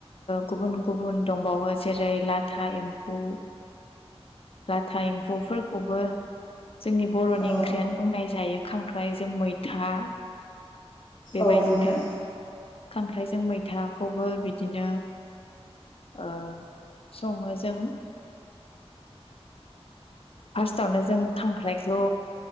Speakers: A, on the left (about 60°); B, on the left (about 40°).
A: गुबुन गुबुन दंबावो जेरै यै लाथा एम्फौ लाथा एम्फौफोरखौबो जोंनि बर'नि
B: औ
A: ओंख्रियानो बुंनाय जायो खांख्राइजों मैथा बेबायदिनो
B: औ नोंथां
A: खांख्राइजों मैथाखौबो बिदिनो ओ सङो जों फार्स्टआवनो जों खांख्राइखौ